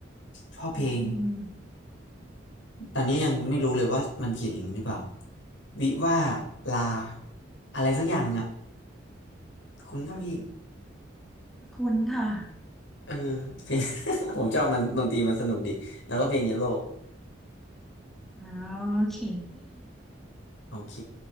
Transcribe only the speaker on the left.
ชอบเพลง
ตอนนี้ยังไม่รู้เลยว่ามันเขียนอย่างนี้หรือเปล่าวิว่าลาอะไรสักอย่างหนึ่งอะ คุณป่ะพี่
เออ <laughs> เพลง <laughs> ผมชอบมันดนตรีมันสนุกดีแล้วก็เพลงเยลโล่
โอเค